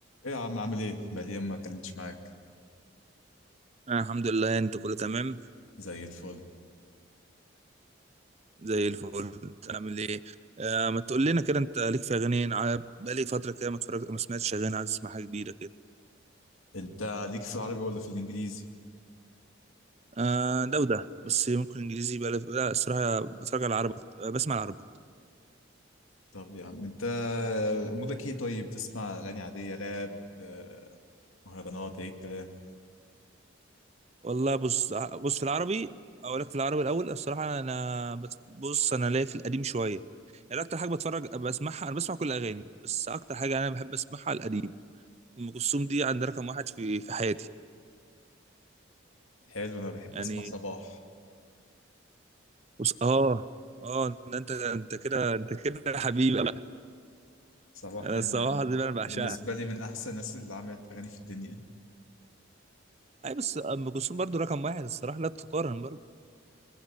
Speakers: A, on the left; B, on the right.
A: ايه يا عم عامل ايه؟ بقالي يوم ما اتكلمتش معاك
B: أنا الحمد لله انت كله تمام
A: زي الفل
B: زي الفل انت عامل ايه آه ما تقول لنا كده انت ليك في اغاني انا بقالي فتره كده ما اتفرج ما سمعتش اغاني عايز اسمع حاجه جديده كده
A: انت ليك في العربي ولا في الانجليزي؟
B: آه ده وده بس ممكن انجليزي بقالي لا الصراحه بتفرج على العربي أكتر- آه، بسمع العربي
A: طب يا عم انت مودك ايه طيب؟ تسمع اغاني عادية راب آه، مهرجانات ايه الكلام؟
B: والله بص ع- بص في العربي اقول لك في العربي الاول الصراحه انا بت- بص انا ليا في القديم شويه يعني اكتر حاجه بتفرج بسمعها انا بسمع كل الاغاني بس اكتر حاجه انا بحب اسمعها القديم ام كلثوم دي عند رقم واحد في في حياتي
A: حلو انا بحب
B: يعني
A: اسمع صباح
B: بص اه اه ده انت انت كده انت كده يا حبيبي بقى
A: صباح
B: انا
A: يعني
B: الصراحه دي بقى انا بعشقها
A: بالنسبة لي من احسن الناس اللي عملت اغاني في الدنيا
B: اي بس ام كلثوم برضو رقم واحد الصراحه لا تقارن برضو